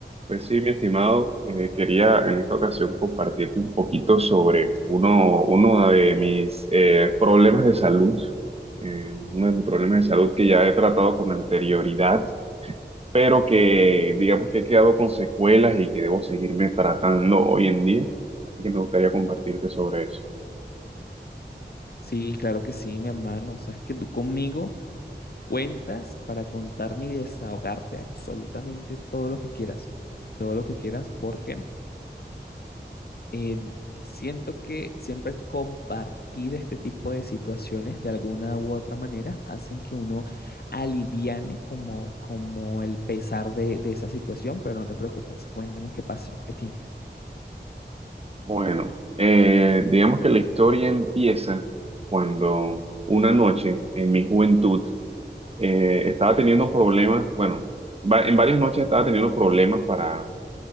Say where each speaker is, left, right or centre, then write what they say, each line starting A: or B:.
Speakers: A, on the right; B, on the left.
A: Pues sí, mi estimado, eh, quería en esta ocasión compartirte un poquito sobre uno, uno de mis eh, problemas de salud, eh, uno de mis problemas de salud que ya he tratado con anterioridad, pero que digamos que he quedado con secuelas y que debo seguirme tratando hoy en día, así que me gustaría compartirte sobre eso.
B: Sí, claro que sí, mi hermano. Sabes que tú conmigo cuentas para contarme y desahogarte absolutamente todo lo que quieras. Todo lo que quieras porque eh, siento que siempre compartir este tipo de situaciones de alguna u otra manera hacen que uno aliviane como, como el pesar de, de esa situación, pero no te preocupes, cuéntame qué pasó, qué tienes.
A: Bueno, eh, digamos que la historia empieza cuando una noche en mi juventud, eh, estaba teniendo problemas, bueno, va- en varias noches estaba teniendo problemas para,